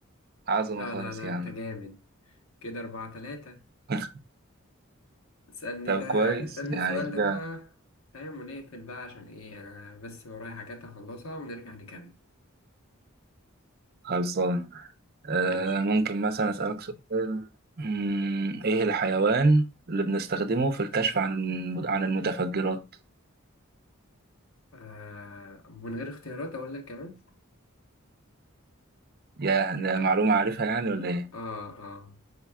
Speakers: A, on the right; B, on the left.
A: عظمة
B: لا
A: خالص
B: لا لا
A: يعني
B: انت جامد كده اربعة تلاتة
A: <laughs>
B: اسألني
A: طب
B: ده
A: كويس
B: اسألني
A: يعني
B: السؤال ده
A: كده
B: بقى فاهم ونقفل بقى عشان ايه انا بس ورايا حاجات هخلصها ونرجع نكمل
A: خلصان آه
B: ماشي
A: ممكن مثلا اسألك سؤال مم، ايه الحيوان اللي بنستخدمه في الكشف عن الم- عن المتفجرات
B: آه من غير اختيارات اقول لك كمان
A: يا ده معلومة عارفها يعني ولا ايه
B: اه اه